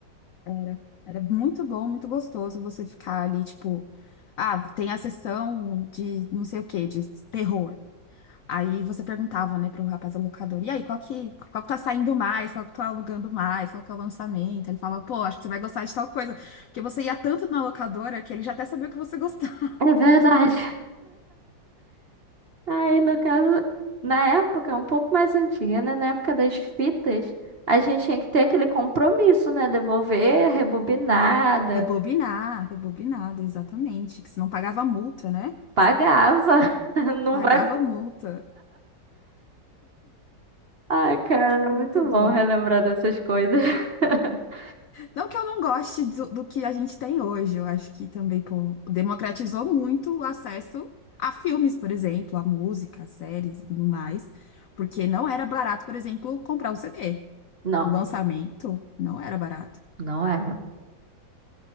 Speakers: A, on the left; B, on the right.
A: Era. Era muito bom, muito gostoso você ficar ali, tipo, ah, tem a sessão de não sei o quê, de terror. Aí você perguntava, né, pro rapaz alocador, e aí, qual que, qual que tá saindo mais, qual que tá alugando mais, qual que é o lançamento? Ele falava, pô, acho que você vai gostar de tal coisa. Porque você ia tanto na locadora que ele já até sabia o que você gostava. <laughs>
B: É verdade. Aí, no caso, na época, um pouco mais antiga, né? Na época das fitas, a gente tinha que ter aquele compromisso, né? Devolver, rebobinada,
A: Rebobinar, rebobinado, exatamente. Que se não pagava multa, né?
B: pagava. <laughs> Não
A: Pagava
B: vai
A: multa.
B: Ai, cara,
A: Muito
B: muito
A: bom.
B: bom relembrar dessas coisas. <laughs>
A: Não que eu não goste do, do que a gente tem hoje, eu acho que também, pô, democratizou muito o acesso a filmes, por exemplo, a música, a séries e tudo mais, porque não era barato, por exemplo, comprar um CD.
B: Não,
A: O lançamento não era barato
B: não era.